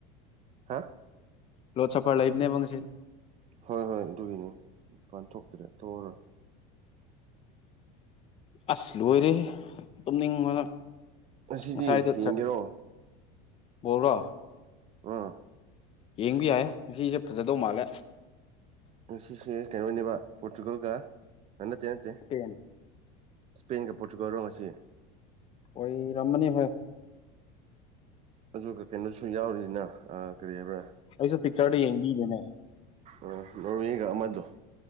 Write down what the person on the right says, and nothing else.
ꯍꯥ
ꯍꯣꯏ ꯍꯣꯏ ꯑꯗꯨꯒꯤꯅꯦ ꯄꯥꯟꯊꯣꯛꯇ꯭ꯔꯦ ꯊꯣꯛꯑꯔꯣꯏ
ꯉꯁꯤꯗꯤ
ꯌꯦꯡꯒꯦꯔꯣ
ꯑꯥ
ꯉꯁꯦ ꯀꯩꯅꯣꯅꯦꯕ ꯄꯣꯔꯇꯨꯒꯜꯒ ꯅꯠꯇꯦ ꯅꯠꯇꯦ
ꯏꯁꯄꯦꯟꯒ ꯄꯣꯔꯇꯨꯒꯜ ꯔꯣ ꯑꯁꯤ
ꯑꯗꯨꯒ ꯀꯩꯅꯣꯁꯨ ꯌꯥꯎꯔꯤꯅ ꯀꯔꯤ ꯍꯥꯏꯕ꯭ꯔ
ꯑ ꯅꯣꯒ ꯃꯗꯨ